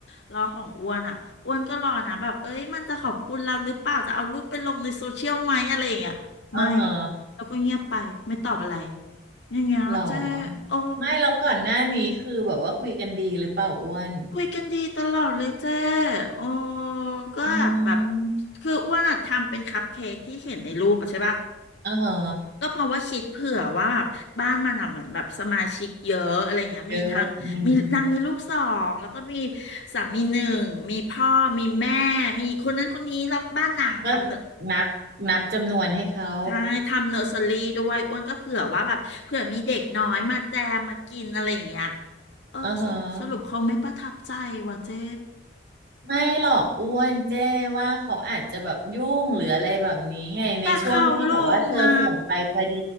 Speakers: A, on the left (about 70°); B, on the right (about 55°).
A: แล้วของอ้วนอ่ะอ้วนก็รอนะแบบเอ้ยมันจะขอบคุณเราหรือเปล่าจะเอารูปไปลงในโซเชียลไหมอะไรอย่างเงี้ยไม่
B: อ่าฮะ
A: แล้วก็เงียบไปไม่ตอบอะไรอย่างเงี้ยเจ๊
B: หรอ
A: โอ้
B: ไม่เราก่อนหน้านี้คือแบบว่าคุยกันดีหรือเปล่าอ้วน
A: คุยกันดีตลอดเลยเจ้โอ้ก็แบบ
B: อืม
A: คืออ้วนอะทำเป็นคัพเค้กที่เห็นในรูปอะใช่ป่ะ
B: อ่าฮะ
A: ก็เพราะว่าคิดเผื่อว่าแบบบ้านมันอะเหมือนแบบสมาชิกเยอะอะไรเงี้ยมีทั้งมีนางมีลูกสองแล้วก็มี
B: เยอะอืมอืม
A: สามีหนึ่งมีพ่อมีแม่มีคนนั้นคนนี้แล้วบ้านนางอะทำเน
B: ก็นับนับจำนวนให้เขา
A: ใช่ทำเนอร์เซอรี่ด้วยอ้วนก็เผื่อว่าแบบเผื่อมีเด็กน้อยมาแจมมากินอะไรอย่างเงี้ยเออสรุปสรุปเขาไม่ประทับใจว่ะเจ้
B: อ่าฮะ ไม่หรอกอ้วนเจ้ว่าเขาอาจจะแบบยุ่งหรืออะไรแบบนี้ไงในช่วงที่แบบว่าเธอส่งไปพอดี
A: แต่เขาลงนะ